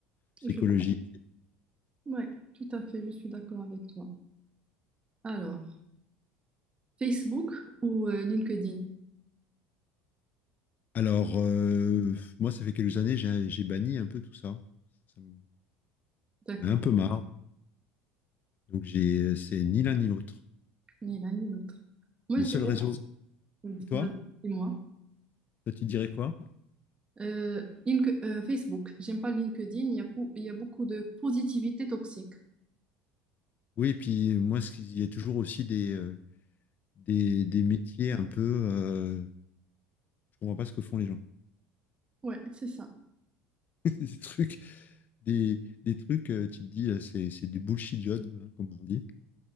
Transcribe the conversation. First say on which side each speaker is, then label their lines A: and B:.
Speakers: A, on the left; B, on the right.
A: psychologiques.
B: Je- Ouais, tout à fait, je suis d'accord avec toi. Alors, Facebook ou euh, LinkedIn?
A: Alors, euh, moi, ça fait quelques années, j'ai j'ai banni un peu tout ça. Ça me-
B: D'accord,
A: J'en ai un peu marre. Donc, j'ai, c'est ni l'un ni l'autre.
B: ni l'un ni l'autre. Moi,
A: Le
B: je
A: seul
B: dirais,
A: réseau.
B: vas-y,
A: Et toi?
B: dis-moi.
A: Toi, tu dirais quoi?
B: Euh, Link- euh, Facebook, j'aime pas LinkedIn, il y a, pou- il y a beaucoup de positivité toxique.
A: Oui, et puis moi, ce qu'il y a toujours aussi des, euh, des, des métiers un peu. euh, je comprends pas ce que font les gens.
B: Ouais, c'est ça,
A: <laughs> Des trucs, des, des trucs, euh, tu te dis, euh, c'est, c'est du bullshit job, hein, comme on dit.